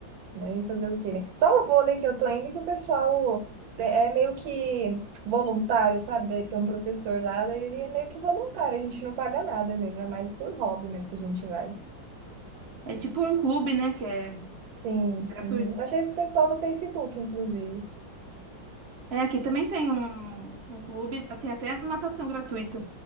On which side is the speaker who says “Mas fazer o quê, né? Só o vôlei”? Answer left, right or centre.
Right